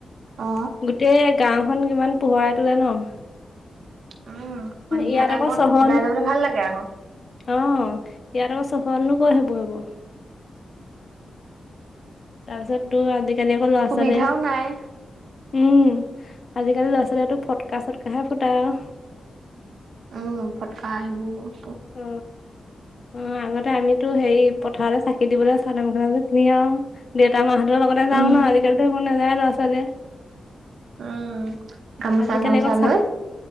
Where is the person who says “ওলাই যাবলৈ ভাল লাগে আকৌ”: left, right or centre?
Right